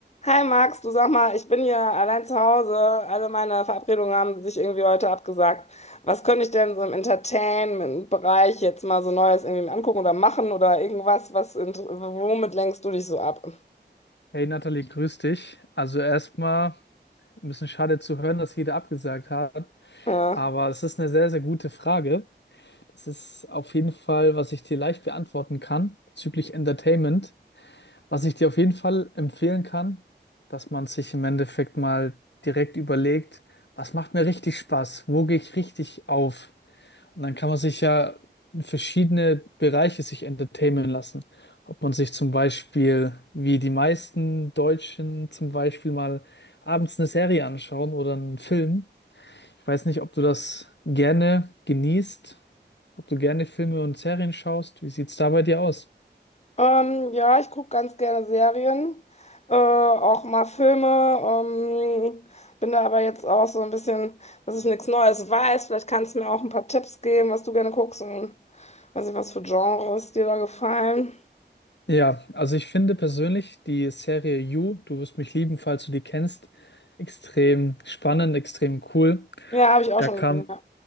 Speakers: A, on the left; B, on the left.
A: Hi Max, du sag mal, ich bin hier allein zu Hause. Alle meine Verabredungen haben sich irgendwie heute abgesagt. Was könnte ich denn so im Entertainment-Bereich jetzt mal so Neues irgendwie angucken oder machen oder irgendwas, was int- womit lenkst du dich so ab?
B: Hey Nathalie, grüß dich. Also erstmal ein bisschen schade zu hören, dass jeder abgesagt hat,
A: Ja,
B: aber es ist eine sehr, sehr gute Frage. Das ist auf jeden Fall, was ich dir leicht beantworten kann bezüglich Entertainment. Was ich dir auf jeden Fall empfehlen kann, dass man sich im Endeffekt mal direkt überlegt, was macht mir richtig Spaß? Wo gehe ich richtig auf? Und dann kann man sich ja in verschiedene Bereiche sich entertainen lassen. Ob man sich zum Beispiel, wie die meisten Deutschen zum Beispiel mal abends eine Serie anschauen oder einen Film. Ich weiß nicht, ob du das gerne genießt, ob du gerne Filme und Serien schaust. Wie sieht's da bei dir aus?
A: ähm, ja ich gucke ganz gerne Serien, äh, auch mal Filme. Ähm, bin da aber jetzt auch so ein bisschen, dass ich nichts Neues weiß. Vielleicht kannst du mir auch ein paar Tipps geben, was du gerne guckst und weiß nicht, was für Genres dir da gefallen.
B: Ja, also ich finde persönlich die Serie You, du wirst mich lieben, falls du die kennst, extrem spannend, extrem cool.
A: Ja, habe ich auch
B: Da
A: schon
B: kam
A: gesehen. Ja.